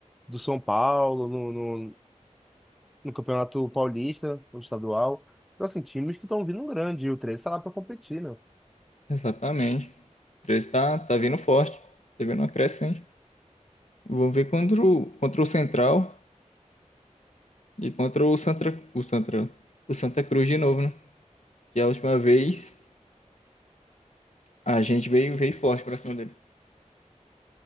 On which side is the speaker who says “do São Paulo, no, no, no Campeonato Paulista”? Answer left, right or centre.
Centre